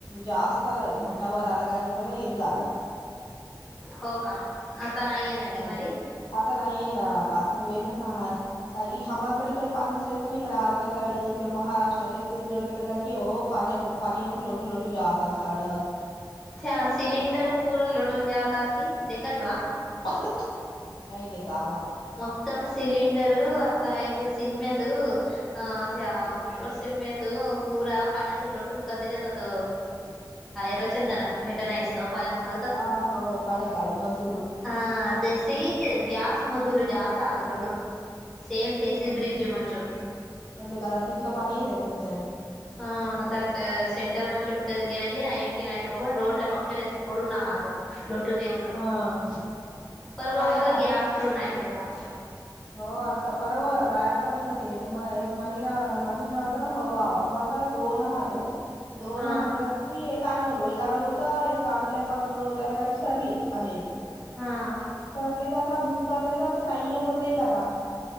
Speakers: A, on the left; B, in the centre.
A: जास्त आलाय घंटा वार अलागा एक पर इरगाला.
B: हो का आता नाहीये
A: आलं
B: ना की मारी
A: आता नाहीये ना आता आता बेस काही हमाकडे इकडे पान नसेेल. पण इकड आंध्रा साईड तिकड महाराष्ट्र छत्तीसगड तिकड का क हो पाणी पाणीऊन लोटू लोटू जात. पा झााड.
B: त्या सिलेिंडर पूर लोटून जातात की कतला
A: नाही देे कामा
B: मतम सिलीडर आता एकक सिनमत अं त्या पुष्पसिम्यात पुरा पाण्यात लटून कसे जातात. रचंदना भेटायचं पाण्यातत घाल.
A: अ हो काढ काढ म तु नू
B: हा ते सी गॅस मधुल जात तो लटून सेम तेसी ब्रिडजी म्हणचून
A: अ ते का तिथलं पाणी येत बच्या
B: ह द सेटर म्हणक गेलेकी नईट नईटकपण रोड ला पक्ेलेस पोड ना हा. लोटून येऊन
A: हा
B: परवा
A: पाण्या
B: बघा घेसरू नाही भेटा.
A: हो आत्ता बरोब काय आत्ता बी नसेल तुम्हा एक महिना महिनाता हवा हवा्हाला दोन हात दोन
B: हा
A: हात काय? की एक आणनवलो एक अनवलो तर एक आणले पंधरा रोज आला काय एक सरली अजे एकक.
B: हा.
A: ठलेत आता बुक करले तरता नाहीये म्हणते का आता